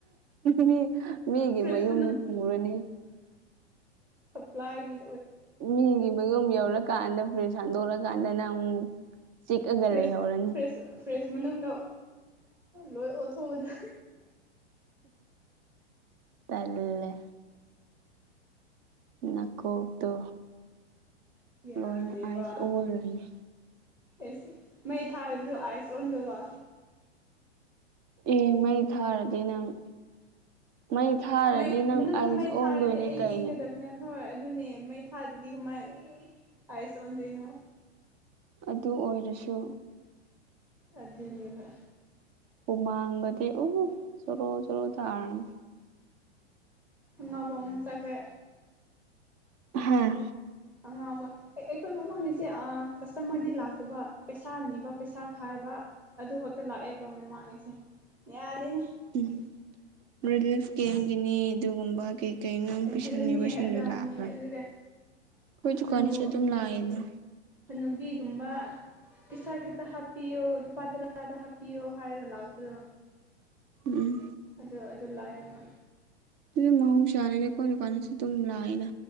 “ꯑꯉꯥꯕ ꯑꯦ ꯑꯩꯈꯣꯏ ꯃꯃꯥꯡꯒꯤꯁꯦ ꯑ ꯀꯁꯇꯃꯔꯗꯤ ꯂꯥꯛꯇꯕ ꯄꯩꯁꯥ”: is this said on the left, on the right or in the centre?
Centre